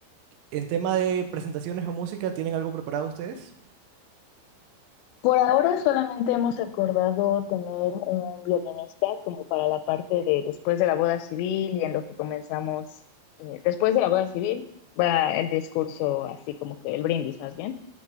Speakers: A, on the right; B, on the left.
A: en tema de presentaciones o música, ¿tienen algo preparado ustedes?
B: Por ahora solamente hemos acordado tener un violinista como para la parte de después de la boda civil y en lo que comenzamos, eh, después de la boda civil va el discurso así como que el brindis más bien,